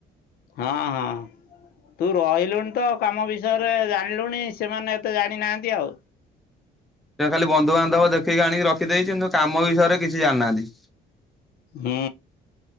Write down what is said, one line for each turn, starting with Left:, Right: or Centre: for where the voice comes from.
Left: ହଁ ହଁ। ତୁ ରହିଲୁଣି ତ କାମ ବିଷୟରେ ଜାଣିଲୁଣି, ସେମାନେ ଏତେ ଜାଣିନାହାନ୍ତି ଆଉ।
Centre: ସେ ଖାଲି ବନ୍ଧୁବାନ୍ଧବ ଦେଖିକି ଆଣିକି ରଖିଦେଇଛି କିନ୍ତୁ କାମ ବିଷୟରେ କିଛି ଜାଣିନାହାନ୍ତି।
Left: ହୁଁ।